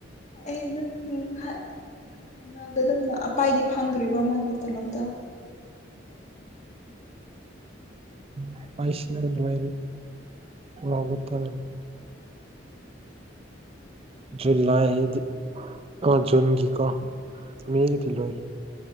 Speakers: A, on the left; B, on the right.
A: ꯑꯩ ꯑꯗꯨꯝ ꯑꯗꯨꯝꯅ ꯑꯄꯥꯏꯗꯤ ꯐꯪꯗ꯭ꯔꯤꯕ꯭ꯔꯣ ꯃꯥꯒꯤ ꯇꯣꯂꯣꯞꯇꯣ
B: ꯎ ꯄꯥꯏꯁꯤꯔꯤꯅ ꯑꯗꯨꯣ ꯇ ꯖꯨꯂꯥꯏꯗꯤ ꯑ ꯖꯟꯒꯤ ꯀꯣ ꯃꯦꯒꯤ ꯨꯂꯋꯥꯥꯏꯔꯤ